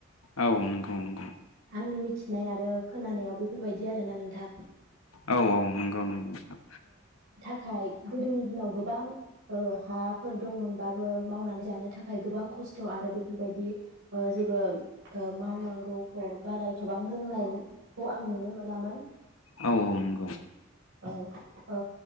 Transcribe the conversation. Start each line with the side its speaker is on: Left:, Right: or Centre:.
Left: औ नंगौ नंगौ
Right: आंनि मिथिनाय आरो खोनानायाव बेफोरबायदि आरो ना नों थां
Left: औ औ नंगौ नंगौ नोंथां।
Right: खाय गोदोनि दिनाव गोबां हाफोर दंमोनबाबो मावनानै जानो थाखाय गोबां खस्थ आरो बेफोरबायदि ओ जेबो ओ मावनांगौखौ बारा एथबां रोंनायखौ आं नुनो मोनामोन।
Left: औ औ नंगौ
Right: औ अ